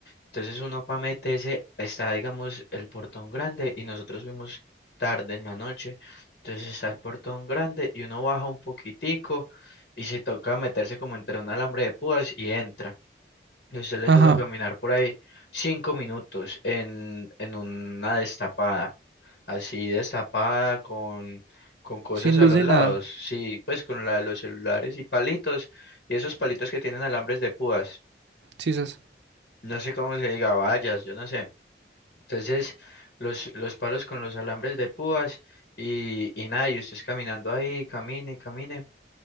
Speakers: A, on the left; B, on the right.
A: Entonces uno para meterse está, digamos, el portón grande y nosotros fuimos tarde en la noche. Entonces está el portón grande y uno baja un poquitico y se toca meterse como entre un alambre de púas y entra. Y a usted le
B: Ajá.
A: toca caminar por ahí cinco minutos en, en una destapada, así destapada con, con cosas
B: Sin
A: a
B: luz
A: los
B: ni
A: lados.
B: nada.
A: Sí, pues con la de los celulares y palitos y esos palitos que tienen alambres de púas.
B: Sisas.
A: No sé cómo se diga, vallas, yo no sé. Entonces, los, los palos con los alambres de púas y, y nada, y ustedes caminando ahí, camine, camine.